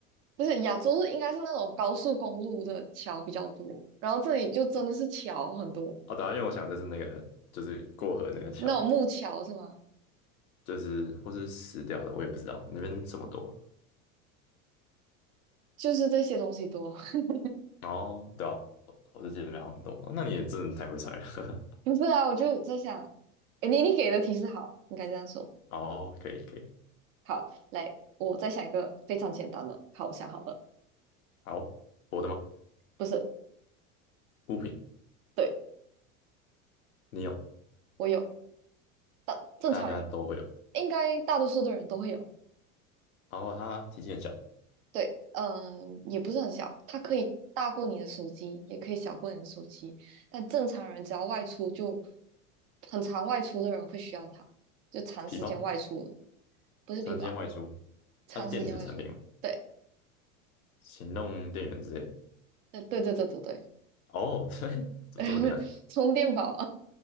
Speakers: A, on the right; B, on the left.
A: 不是亚洲应该是那种高速公路的桥比较多，然后这里就真的是桥很多，
B: 哦，对啊，因为我想就是那个就是过河那个桥。
A: 那种木桥是吗？
B: 就是或是死掉的，我也不知道那边什么多。
A: 就是这些东西多。<laughs>
B: 哦，后对啊，我我就记得那边好很多。哦那你也真的太会猜了。
A: 不是啊，我就在想，诶你你给的提示好，应该这样说。
B: <laughs> 哦，可以可以，
A: 好，来，我再想一个非常简单的。好，我想好了，
B: 好，我的吗？
A: 不是，
B: 物品，
A: 对，
B: 你有，
A: 我有，大正常人
B: 大家都会有。
A: 应该大多数的人都会有。
B: 然后它体积很小，
A: 对，嗯、也不是很小，它可以大过你的手机，也可以小过你的手机。但正常人只要外出就，很常外出的人会需要它，就长时间外出的
B: 皮包，
A: 不是皮包，
B: 常见外出，
A: 长时间外出。
B: 它是电子产品吗？
A: 对，
B: 行动电源之类的。
A: 呃对对对对对，
B: 哦，<laughs> 这这么简单？
A: <laughs> 充电宝